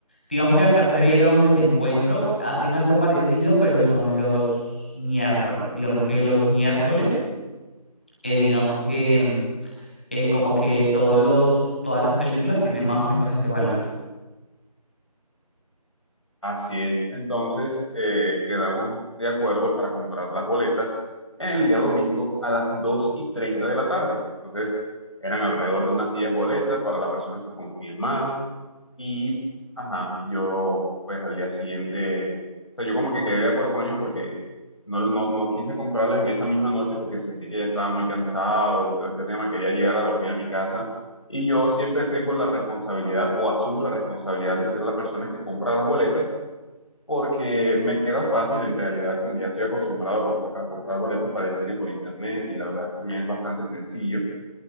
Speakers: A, on the left; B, on the left.
A: Digamos que acá en Pereira, donde me encuentro, hacen algo parecido, pero son los miércoles. Digamos que los miércoles, eh, digamos que mm, eh, como que todos los, todas las películas tienen más o menos ese valor.
B: Así es. Entonces, eh, quedamos de acuerdo para comprar las boletas en el día domingo a las 2 y 30 de la tarde. Entonces, eran alrededor de unas 10 boletas para las personas que confirmaron. Y, ajá, yo, pues al día siguiente, o sea, yo como que quedé de acuerdo con ellos porque no, no, no quise comprarlas en esa misma noche porque sentí que ya estaba muy cansado y todo este tema. Quería llegar a dormir a mi casa. Y yo siempre tengo la responsabilidad o asumo la responsabilidad de ser la persona que compra las boletas porque me queda fácil en realidad, como que ya estoy acostumbrado a, comp- a comprar boletas para el cine por internet y la verdad es que se me es bastante sencillo.